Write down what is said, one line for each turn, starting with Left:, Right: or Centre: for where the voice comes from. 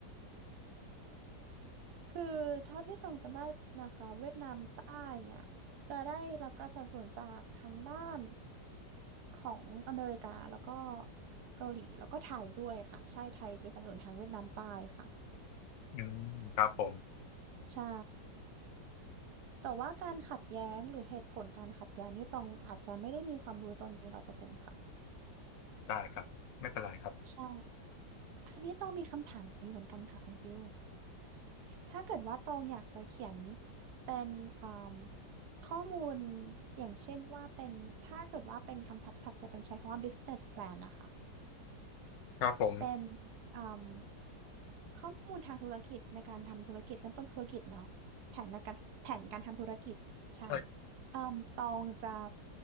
Right: คือเท่าที่ตองจำได้นะคะเวียดนามใต้เนี่ยจะได้รับการสนับสนุนจากทั้งด้านของอเมริกาแล้วก็เกาหลีแล้วก็ไทยด้วยค่ะใช่ไทยจะไปนสนับสนุนทางเวียดนามใต้ค่ะ
Left: อืมครับผม
Right: ใช่แต่ว่าการขัดแย้งหรือเหตุผลการขัดแย้งนี่ตองอาจจะไม่ได้มีความรู้ตรงนี้ร้อยเปอร์เซ็นต์ค่ะ
Left: ได้ครับไม่เป็นไรครับ
Right: ใช่อันนี้ต้องมีคำถามนี้เหมือนกันค่ะคุณฟิล ถ้าเกิดว่าตองอยากจะเขียนเป็นอ่มข้อมูลอย่างเช่นว่าเป็นถ้าเกิดว่าเป็นคำทับศัพท์จะเป็นใช้คำว่า business plan นะคะ
Left: ครับผม
Right: เป็นอ่มข้อมูลทางธุรกิจในการทำธุรกิจเริ่มต้นธุรกิจเนาะแผนในการแผนการทำธุรกิจใช่
Left: ใช่
Right: เอ่มตองจะ